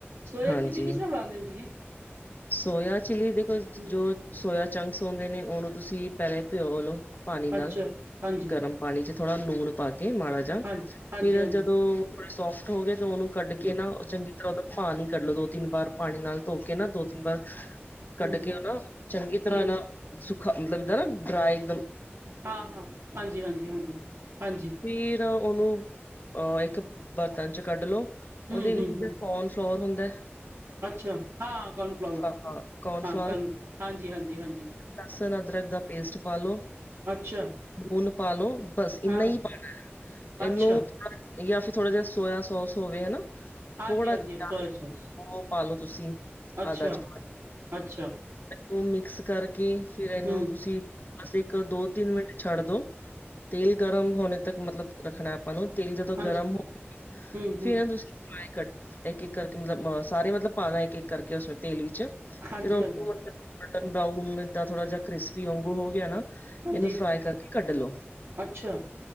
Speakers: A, on the right; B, on the left.
A: ਸੋਇ
B: ਹਾਂਜੀ
A: ਚਿੱਲੀ ਕਿਸ ਤਰ੍ਹਾਂ ਬਣਾਉਦੇ ਹ ਦੀਦੀ
B: ਸੋਇਆ ਚਿਲੀ ਦੇਖੋ
A: ਹੂੰ,
B: ਜੋ ਸੋਇਆ ਚੰਕਸ ਹੁੰਂਦੇ ਨੇ ਉਹਨੂੰ ਤੁਸੀਂ ਪਹਿਲੇ ਭਿਓ ਲਓ ਪਾਣੀ ਨਾਲ
A: ਅੱਛਾ, ਹਾਂਜੀ,
B: ਗਰਮ ਪਾਣੀ ਚ ਥੋੜਾ ਨੂਣ ਪਾ ਕੇ ਮਾੜਾ ਜਿਹਾ
A: ਹਾਂ, ਹਾਂਜੀ-ਹਾਂਜੀ,
B: ਫਰ ਜਦੋਂ ਉਹ ਥੋੜੇ ਸੋਫਟ ਹੋ ਗਏ ਤਾਂ ਉਹਨੂੰ ਕੱਢ ਕੇ
A: ਹੂੰ,
B: ਨਾ, ਚੰਗੀ ਤਰ੍ਹਾਂ ਉਹਦਾ ਪਾਣੀ ਕੱਢ ਲੋ, ਦੋ ਤਿੰਨ ਵਾਰ ਪਾਣੀ ਨਾਲ ਧੋ ਕੇ ਨਾ, ਦੋ ਤਿੰਨ ਵਾਰ ਕੱਢ
A: ਹੂੰ,
B: ਕੇ, ਉਹ ਨਾ ਚੰਗੀ ਤਰ੍ਹਾਂ,
A: ਹੂੰ।
B: ਇਹ ਨਾ ਸੁੱਖਾ ਮਤਲਬ ਜਦਾਂ ਨਾ ਡਰਾਏ ਇੱਕ, ਦਮ
A: ਹਾਂ ਹਾਂ ਹਾਂਜੀ ਹਾਂਜੀ, ਹਾਂਜੀ ਹਾਂਜੀ
B: ਫਿਰ ਉਹਨੂੰ ਅਹ ਇੱਕ ਬਰਤਨ ਚ ਕੱਢ ਲੋ ਉਹਦੇ
A: ਹੂੰ-ਹੂੰ,
B: ਵਿੱਚ
A: ਹੂੰ, ਹੂੰ ਹੂੰ,
B: ਕੋਨ ਫਲੋਰ ਹੁੰਦਾ
A: ਅੱਛਾ ਹਾਂ ਕੋਨਫਲਾੋਵਰ
B: ਹਾਂ ਕੋਰਨ
A: ਹਾਂ
B: ਫਲੋਰ
A: ਹਾਂਜੀ ਹਾਂਜੀ ਹਾਂਜੀ
B: ਲਸਣ ਅਦਰਕ ਦਾ ਪੇਸਟ ਪਾਾਲ ਲੋ
A: ਅੱਛਾ
B: ਹੁਨ ਪਾਾਲੋ ਬਸ ਇੰਨਾ
A: ਹਾਂ
B: ਹੀ ਪਾਣਾ
A: ਅੱਛਾ
B: ਇਹਨੂੰ ਜਾਂ ਫਿਰ ਥੋੜਾ ਜਿਹਾ ਸੋਇਆ ਸੋਸ ਹੋਵੇ ਹਨਾ
A: ਹਾਂਜੀ
B: ਥੋੜਾ
A: ਹਾਂਜੀ
B: ਜਿਹਾ
A: ਸੋਇਆ ਸੋਸ
B: ਉਹ ਪਾਾਲੋ ਤੁਸੀਂ
A: ਅੱਛਾ
B: ਆਧਾ ਚਮਚ
A: ਅੱਛਾ
B: ਨੂੰ ਮਿਕਸ ਕਰਕੇ ਫਿਰ ਇਹਨੂੰ
A: ਹੂੰ
B: ਤੁਸੀਂ ਬਸ ਇੱਕ ਦੋ ਤਿੰਨ ਮਿੰਟ ਛੱਡ ਦੋ ਤੇਲ ਗਰਮ ਹੋਣੇ ਤੱਕ ਮਤਲਬ ਰੱਖਣਾ ਆਪਾਂ ਨੂੰ ਤੇਲ ਜਦੋਂ
A: ਹਾਂਜੀ
B: ਗਰਮ ਹੋ
A: ਹੂੰ ਹੂੰ
B: ਫਿਰ ਫ ਕਰ ਇੱਕ ਇੱਕ ਕਰਕੇ ਮਤਲਬ ਅ ਸਾਰੇ ਮਤਲਬ ਪਾ ਲ ਇੱਕ ਇੱਕ ਕਰਕੇ ਉਸਨੇ ਤੇਲ ਵਿੱਚ
A: ਹਾਂਜੀ
B: ਫਿਰ ਉਹਨੂੰ
A: ਹਾਂਜੀ
B: ਬਟਨ ਬਰਾਊਨਏਦਾਂ ਥੋੜਾ ਜਿਹਾ ਕ੍ਰਿਸਪੀ ਵਾਂਗੂ ਹੋ ਗਿਆ ਨਾ
A: ਹਾਂਜੀ
B: ਇਹਨੂੰ ਫਰਾਈ ਕਰਕੇ ਕੱਢ ਲੋ
A: ਅੱਛਾ